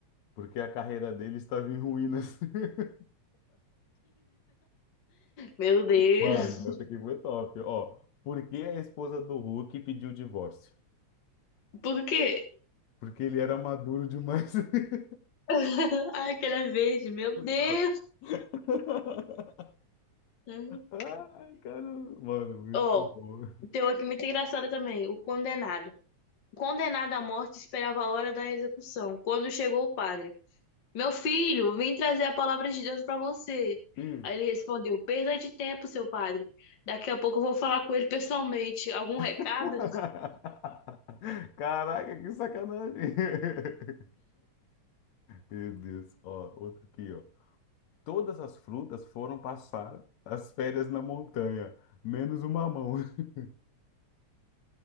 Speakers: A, on the left; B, on the left.
A: Porque a carreira dele estava em ruínas. <laughs>
B: Meu Deus.
A: Mano, essa aqui foi top. Ó, por que a esposa do Hulk pediu divórcio?
B: Por quê?
A: Porque ele era maduro demais. <laughs>
B: <laughs> Ai, que ele é verde, meu
A: Exato.
B: Deus.
A: <laughs>
B: Uhum.
A: Ai, cara, mano, muito
B: Ó,
A: bom.
B: tem uma aqui muito engraçada também, o condenado. O condenado à morte esperava a hora da execução, quando chegou o padre. Meu filho, vim trazer a palavra de Deus para você.
A: Hum.
B: Aí ele respondeu, perda de tempo, seu padre. Daqui a pouco eu vou falar com ele pessoalmente. Algum recado?
A: <laughs> Caraca, que sacanagem. <laughs> Meu Deus, ó, outro aqui, ó. Todas as frutas foram passar as férias na montanha, menos o mamão. <laughs>